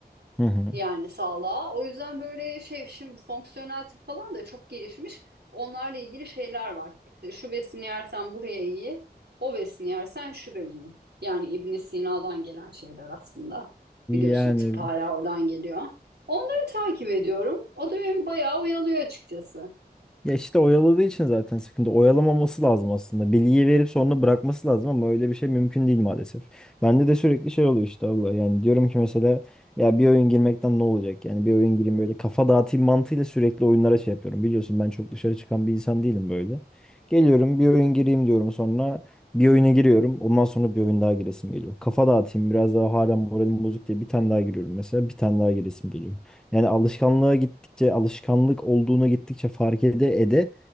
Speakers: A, in the centre; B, on the right (about 80°).
A: hı hı.
B: yani sağlığa. O yüzden böyle şey şimdi fonksiyonel tıp falan da çok gelişmiş. Onlarla ilgili şeyler var. İşte şu besini yersen buraya iyi, o besini yersen şuraya iyi. Yani İbn Sina'dan gelen şeyler aslında. Biliyorsun
A: Yani
B: tıp hala oradan geliyor. Onları takip ediyorum. O da beni bayağı oyalıyor açıkçası.
A: Ya işte oyaladığı için zaten sıkıntı. Oyalamaması lazım aslında. Bilgiyi verip sonra bırakması lazım ama öyle bir şey mümkün değil maalesef. Bende de sürekli şey oluyor işte abla. Yani diyorum ki mesela ya bir oyun girmekten ne olacak? Yani bir oyun gireyim böyle kafa dağıtayım mantığıyla sürekli oyunlara şey yapıyorum. Biliyorsun ben çok dışarı çıkan bir insan değilim böyle. Geliyorum bir oyun gireyim diyorum sonra bir oyuna giriyorum. Ondan sonra bir oyun daha giresim geliyor. Kafa dağıtayım biraz daha hala moralim bozuk diye bir tane daha giriyorum mesela bir tane daha giresim geliyor. Yani alışkanlığa gittikçe, alışkanlık olduğuna gittikçe fark ede ede